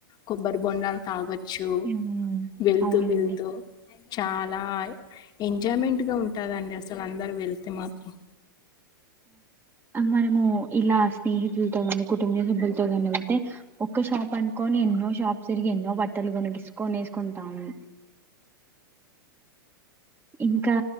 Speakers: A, on the left; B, on the right.
A: కొబ్బరి బొండాలు తాగొచ్చు చు
B: ఉమ్
A: వెళ్తూ
B: అవునండి
A: వెళ్తూ చాలా ఎంజాయ్మెంట్ గా ఉంటదండి. అసలు అందరు వెళ్తే మాత్రం
B: అమ్ మనము ఇలా అ స్నేహితులతో నీ కుటుంబ సభ్యులతో కాని అయితే ఒక్క షాప్ అనుకొని ఎన్నో షాప్ తిరిగి ఎన్నో బట్టలు కొనిగిసుకొని వేసుకుంటాని ఇంకా